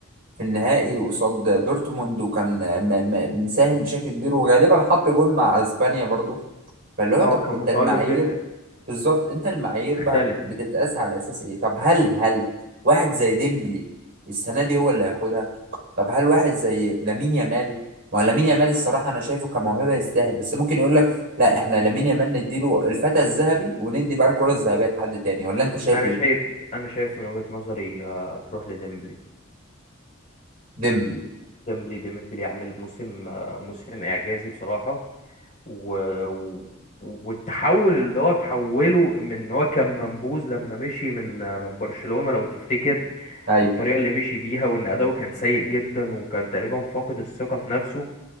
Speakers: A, on the right; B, on the left.
A: في النهائي قصاد دورتموند وكان م- م- مساهم بشكل كبير وغالبا حط جول مع اسبانيا برضو فاللي هو
B: اه
A: طب
B: كان
A: انت
B: متألق
A: المعايير
B: جدا
A: بالظبط انت المعايير
B: تختلف
A: بقى بت- بتتقاس على اساس ايه طب هل هل واحد زي ديمبلي السنه دي هو اللي هياخدها طب هل واحد زي لامين يامال ما هو لامين يامال الصراحه انا شايفه كموهبه يستاهل بس ممكن يقول لك لا احنا لامين يامال نديله الفتى الذهبي وندي بقى الكره الذهبيه لحد تاني ولا انت شايف
B: انا
A: ايه
B: شايف انا شايف من وجهة نظري آه، تروح لديمبلي
A: ديمبلي
B: ديمبلي ديمبلي عامل موسم موسم اعجازي بصراحه و... و... والتحول اللي هو تحوله من ان هو كان منبوذ لما مشي من من برشلونه لو تفتكر
A: ايوه
B: والطريقه اللي مشي بيها وان اداؤه كان سيء جدا وكان تقريبا فاقد الثقه في نفسه